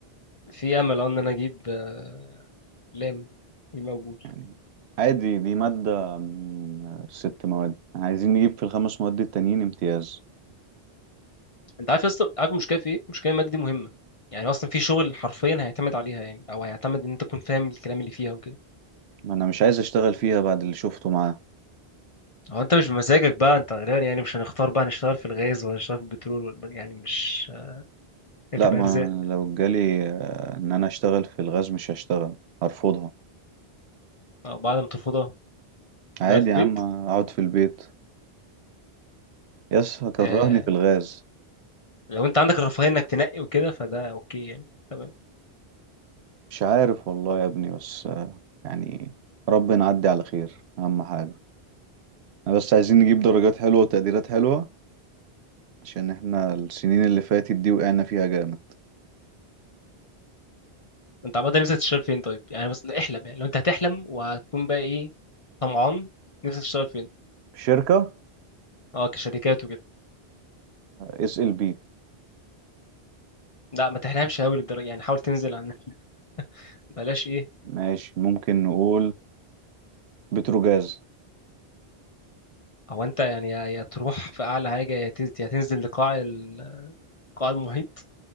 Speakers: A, on the left; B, on the right.
A: في امل اه ان انا اجيب آه، لام يبقى مقبول
B: يعني عادي دي مادة من ست مواد عايزين نجيب في الخمس مواد التانيين امتياز
A: انت عارف يا اسطى عارف المشكله في ايه المشكله الماده دي مهمه يعني اصلا في شغل حرفيا هيعتمد عليها يعني او هيعتمد ان انت تكون فاهم الكلام اللي فيها وكده
B: ما أنا مش عايز أشتغل فيها بعد اللي شفته معاه
A: هو انت مش بمزاجك بقى انت غالبا يعني مش هنختار بقى نشتغل في الغاز ولا نشتغل في البترول ولا يعني مش هي
B: لا
A: بتبقى
B: ما
A: ارزاق
B: أنا لو جالي آه، إن أنا أشتغل في الغاز مش هشتغل هرفضها
A: او بعد ما ترفضها
B: عادي
A: تفضل في البيت
B: يا عم أقعد في البيت يس هكرهني
A: آه...
B: في الغاز
A: لو انت عندك الرفاهيه انك تنقي وكده فده اوكي يعني تمام
B: مش عارف والله يا ابني بس آه، يعني ربنا نعدي على خير اهم حاجة احنا بس عايزين نجيب درجات حلوة وتقديرات حلوة عشان احنا السنين اللي فاتت دي وقعنا فيها جامد
A: انت عامه نفسك تشتغل فين طيب يعني بس احلم يعني لو انت هتحلم وهتكون بقى ايه طمعان نفسك تشتغل فين
B: شركة
A: اه كشركات وكده
B: اس ال بي
A: لا ما تحلمش قوي للدرجه يعني حاول تنزل عن <laughs> بلاش ايه
B: ماشي ممكن نقول بتروجاز
A: هو انت يعني يا يا تروح في اعلى حاجه يا تنزل يا تنزل لقاع ال- قاع المحيط